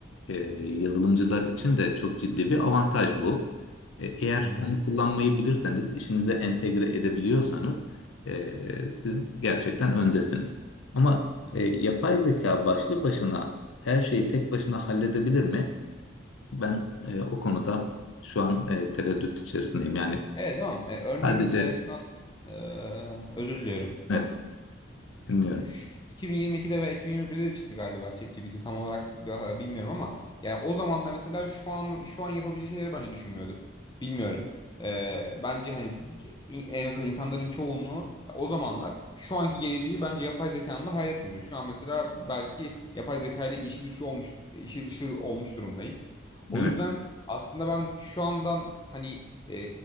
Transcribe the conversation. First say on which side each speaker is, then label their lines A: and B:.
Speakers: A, on the left; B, on the left.
A: e, yazılımcılar için de çok ciddi bir avantaj bu. E, eğer
B: Hı hı.
A: onu kullanmayı bilirseniz, işinize entegre edebiliyorsanız e, siz gerçekten öndesiniz. Ama
B: Evet,
A: e, yapay zeka başlı başına her şeyi tek başına halledebilir mi? Ben e, o konuda şu an e, tereddüt içerisindeyim. Yani
B: Evet, tamam. E, örneğin
A: sadece
B: mesela şu an e, özür diliyorum.
A: evet dinliyorum.
B: Ş- 2022'de veya 2021'de de çıktı galiba ChatGPT tam olarak bi- bilmiyorum ama yani o zaman da mesela şu an şu an yapabileceği şeyleri bence düşünmüyorduk. Bilmiyorum. Ee, bence hani en azından insanların çoğunluğu ya o zamanlar şu anki geleceği bence yapay zekanın da hayal etmiyordu. Şu an mesela belki yapay zeka ile işi dışı olmuş işi dışı olmuş durumdayız. O
A: Evet,
B: yüzden aslında ben şu andan hani e,